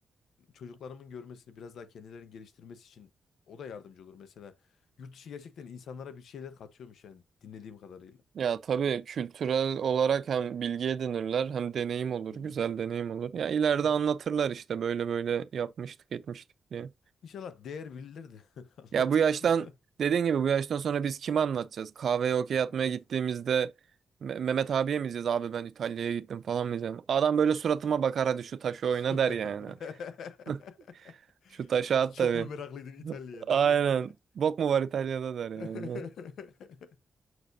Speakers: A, on the left; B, on the right.
A: çocuklarımın görmesini biraz daha kendilerini geliştirmesi için o da yardımcı olur. Mesela yurt dışı gerçekten insanlara bir şeyler katıyormuş yani dinlediğim kadarıyla.
B: Ya tabii kültürel olarak hem bilgi edinirler hem deneyim olur,
A: Hı
B: güzel
A: hı.
B: deneyim olur. Ya ileride
A: Aynen.
B: anlatırlar işte böyle böyle yapmıştık, etmiştik diye.
A: İnşallah değer bilirler de <laughs> anlatırlar.
B: Ya bu yaştan dediğin gibi bu yaştan sonra biz kime anlatacağız? Kahveye okey
A: Evet.
B: atmaya gittiğimizde Me- Mehmet abiye mi diyeceğiz? Abi ben İtalya'ya gittim falan mı diyeceğim? Adam böyle suratıma bakar hadi şu taşı oyna
A: <laughs>
B: der yani. <laughs> Şu taşı at
A: Çok
B: tabii.
A: mu meraklıydın İtalya'ya
B: <laughs> Aynen.
A: der yani.
B: Bok mu var İtalya'da der yani.
A: <laughs>